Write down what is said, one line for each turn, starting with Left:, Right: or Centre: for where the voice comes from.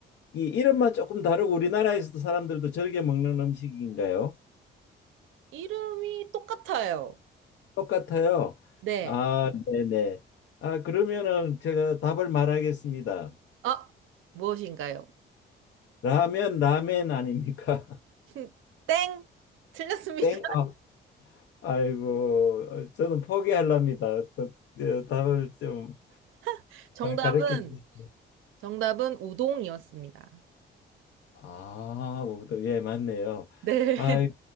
Left: 이름만 조금 다르고 우리나라에서도 사람들도 즐겨 먹는 음식인가요?
Right: 이름이 똑같아요.
Left: 똑같아요.
Right: 네.
Left: 아, 네네. 아, 그러면은 제가 답을 말하겠습니다.
Right: 아, 무엇인가요?
Left: 라면, 라멘 아닙니까? <laughs>
Right: <laughs> 땡! 틀렸습니다.
Left: 땡. 아, 아이고, 어, 저는 포기하렵니다. 어떤 어, 답을 좀
Right: <laughs> 정답은,
Left: 가르쳐 주시요
Right: 정답은 우동이었습니다.
Left: 아, 뭐부터 예, 맞네요.
Right: 네.
Left: 아,